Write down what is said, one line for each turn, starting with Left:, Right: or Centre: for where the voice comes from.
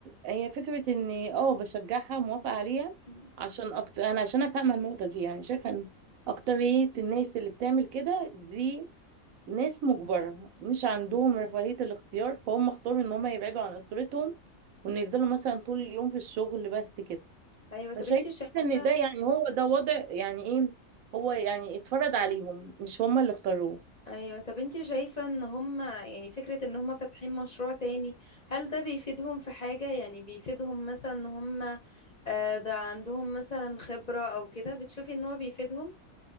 Right: هي فكره ان اه بشجعها موافقه عليها
Left: مم.
Right: عشان أكتر انا عشان أنا فاهمه النقطه دي يعني شايفه ان اكتريه الناس اللي بتعمل كده دي ناس مجبره مش عندهم رفاهيه الاختيار فهم اختاروا ان هم يبعدوا عن اسرتهم وان يفضلوا مثلا طول
Left: مم.
Right: اليوم في الشغل بس كده
Left: ايوه طب
Right: فشايفة
Left: انت شايفه
Right: ان ده يعني هو ده وضع يعني ايه هو يعني اتفرض عليهم مش هما اللي اختاروه
Left: ايوه طب انتي شايفة ان هما يعني فكرة ان هما فاتحين مشروع تاني هل ده بيفيدهم في حاجة يعني بيفيدهم مثلا ان هما آه، ده عندهم مثلا خبرة او كده بتشوفي ان هو بيفيدهم